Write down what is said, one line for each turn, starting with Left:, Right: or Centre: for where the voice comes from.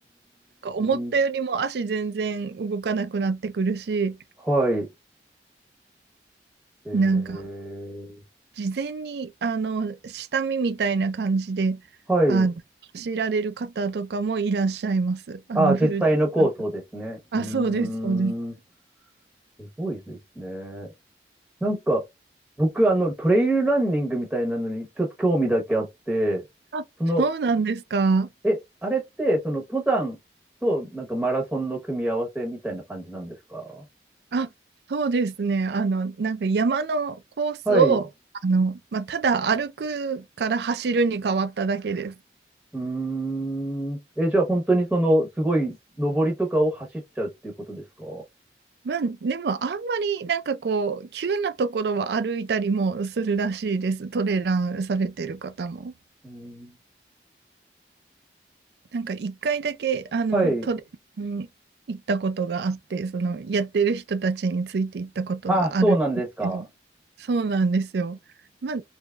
Right: か思ったよりも足全然動かなくなってくるし、
Centre: ん。はい。えー、
Right: なんか、事前に、あの、下見みたいな感じで、
Centre: はい。
Right: あの、知られる方とかもいらっしゃいます。あの、
Centre: ああ、実際のコースをですね。
Right: フルであ、
Centre: うーん。
Right: そうです、そうです。
Centre: すごいですね。なんか、僕、あの、トレイルランニングみたいなのに、ちょっと興味だけあって、
Right: あ、
Centre: その、
Right: そうなんですか。
Centre: え、あれって、その、登山と、なんか、マラソンの組み合わせみたいな感じなんですか
Right: あ、そうですね。あの、なんか山のコースを、
Centre: はい。う
Right: あの、まあ、ただ歩くから走るに変わっただけです。
Centre: ーん。え、じゃあ、本当に、その、すごい、登りとかを走っちゃうっていうことですか
Right: まあ、でも、あんまりなんかこう、急なところは歩いたりもするらしいです。トレランされてる方も。
Centre: うん。
Right: なんか一回だけ、あの、
Centre: はい。
Right: 都電に行ったことがあって、その、やってる人たちについて行ったことがあるんですけど、
Centre: あ、そうなんですか。
Right: そうなんですよ。まあ、